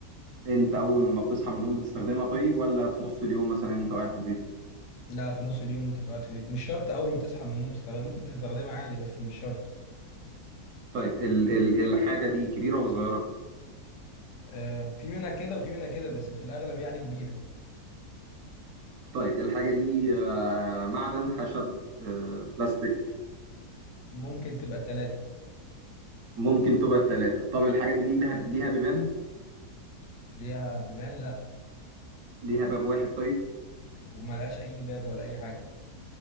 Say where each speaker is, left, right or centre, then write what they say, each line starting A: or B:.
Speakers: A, on the right; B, on the left.
A: انت اول ما بتصحى من النوم بتستخدمها طيب ولا في نص اليوم مثلا انت قاعد في البيت
B: لا في نص اليوم وانت قاعد في البيت مش شرط اول ما تصحى من النوم تستخدمها ممكن تستخدمها عادي بس مش شرط
A: طيب ال ال الحاجة دي كبيرة ولا صغيرة؟
B: آه، في منها كده وفي منها كده بس في الاغلب يعني كبيرة
A: طيب الحاجة دي آه، معدن خشب آه، بلاستيك
B: ممكن تبقى التلاتة
A: ممكن تبقى التلاتة طب الحاجة دي ليها ليها بيبان؟
B: ليها بيبان لا
A: ليها باب واحد طيب؟
B: وملهاش اي باب ولا اي حاجه